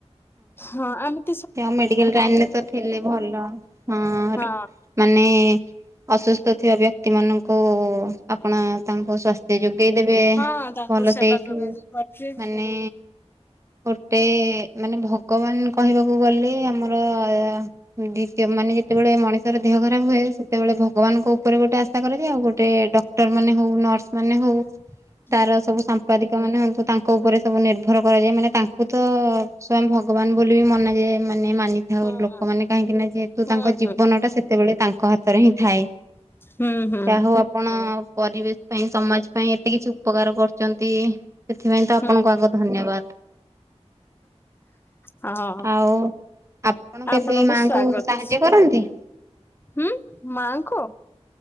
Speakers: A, on the left; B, on the right.
A: ହଁ ଆମେ
B: <unintelligible> ମେଡିକାଲ ଲାଇନ୍‌ରେ ଥିଲେ ତ ଭଲ ହଁ
A: ହଁ।
B: ସେଇ ମାନେ ଅସୁସ୍ଥ ଥିବା ବ୍ୟକ୍ତି ମାନଙ୍କୁ ଆପଣ ତାଙ୍କ ସ୍ୱାସ୍ଥ୍ୟ ଯୋଗେଇ ଦେବେ
A: ହଁ ତାଙ୍କୁ
B: ଭଲ
A: ସେବା
B: ସେଇଠୁ
A: ଯୋଗେଇ ଦେଇ ପାରୁଛି
B: ମାନେ ଗୋଟେ ମାନେ ଭଗବାନ କହିବାକୁ ଗଲେ ଆମର ଅ ଦ୍ୱିତୀୟ ମାନେ ଯେ ଯେତେବେଳେ ମଣିଷର ଦେହ ଖରାପ ହୁଏ। ସେତେବେଳେ ଭଗବାନଙ୍କ ଉପରେ ଗୋଟେ ଆଶା କରାଯାଏ ଆଉ ଗୋଟେ ଡ ଡକ୍ଟର ମାନ ହୋଉ ନର୍ସ ମାନେ ହୋଉ।
A: ଁ <inaudible>
B: ତାର ସବୁ ସାମ୍ପାଦିକ ମାନେ ହୁଅନ୍ତୁ। ତାଙ୍କ ଉପରେ ସବୁ ନିର୍ଭର କରାଯାଏ ମାନେ ତାଙ୍କୁ ତ ସ୍ଵୟଂ ଭଗ୍ ଭଗବାନ ବୋଲି ମନେ ମାନେ ମାନିଥାଉ
A: ହୁଁ।
B: ଲୋକମାନେ କାହିଁକି ନା ଯେହେତୁ
A: ହୁଁ
B: ତାଙ୍କ
A: ହୁଁ
B: ଜୀବନ ଟା ସେତେବେଳେ ତାଙ୍କ ହାତରେ ହିଁ ଥାଏ।
A: <unintelligible> ହୁଁ
B: ଯାହା ହଉ ଆପଣ ପରିବେ <unintelligible> ପାଇଁ ସମାଜ ପାଇଁ ଏତେ କିଛି ଉପକାର କରୁଛନ୍ତି ସେଥିପାଇଁ ତ ଆପଣଙ୍କୁ
A: ହୁଁ
B: ଆଗ ଧନ୍ୟବାଦ।
A: ହଁ
B: ଆଉ ଆପଣ କେବେ
A: ଆପଣଙ୍କୁ
B: ମାଙ୍କୁ
A: ସ୍ଵାଗତ୍।
B: ସାହାଯ୍ୟ କରନ୍ତି?
A: ହୁଁ ମାଆଙ୍କ?